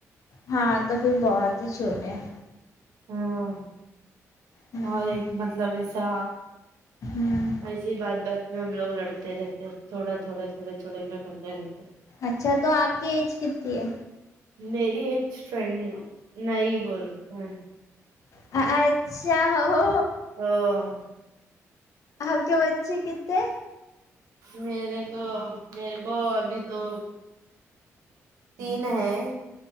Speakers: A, on the left; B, on the right.
A: ہاں تو پھر بہت ہی چھوٹے ہیں
B: ہاں
A: ہوں
B: اور ایک مطلب ایسا
A: ہوں
B: ایسیے بات بات میں ہم لوگ لڑتے رہتے تھوڑا تھوڑے تھوڑے تھوڑے میں کرتے رہتے
A: اچھا تو آپ کی ایج کتتی ہے
B: میری ایج ٹرینڈگ نہیں بولتے ہیں
A: اچھا ہو
B: ہاں
A: آپ کے بچے کتنے
B: میرے کو میرے کو ابھی تو تین ہے